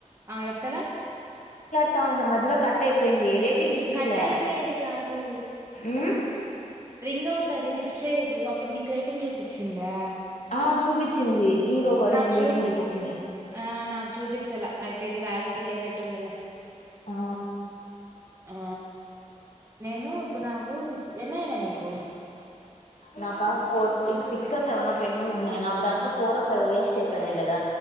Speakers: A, on the right; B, on the left.
A: ఆ ఎత్తలా.
B: ఎత్తుత ఉన్న మధ్యలో కట్ అయిపోయింది. రేటింగ్ చూపించలే
A: కట్ అయిపోయేది కాదు
B: ఉమ్.
A: రింగ్ అవుతది లిఫ్ట్ చేయరు, అప్పుడు నీక్ రేటింగ్ చూపిత్. చ్చిందా.
B: ఆ చూపిత్. చ్చింది. జీరో బడిజ్
A: నాకు చూ
B: రేటింగ్ చూపించింది.
A: ఆ నాకు చూపించలా అయితే ఇది వ్యాలిడి లేనట్టుందిలే.
B: ఆ
A: <unintelligible> ఆ నేను ఇప్పుడు నాకు సిక్స్ ఎన్నయినాయి నీకు
B: నాకా ఫోర్టీన్ సిక్సో సెవనో పెండింగ్ ఉన్నాయి నావి దాంట్లో ఫోరో ఫైవో వేస్ట్ అయిపోయినాయ్ కదా